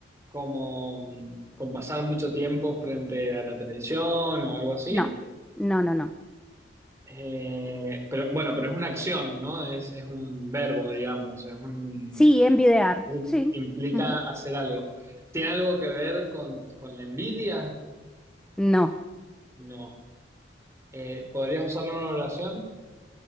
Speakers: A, on the right; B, in the centre.
A: como mm, con pasar mucho tiempo frente a la televisión o algo así.
B: No, no, no, no.
A: Eh, pero bueno, pero es una acción, ¿no? Es, es un verbo, digamos, es un
B: Sí, envidiar. Sí.
A: implica
B: Ujú.
A: hacer algo. ¿Tiene algo que ver con, con la envidia?
B: No,
A: No. Eh, ¿podrías usarlo en una oración?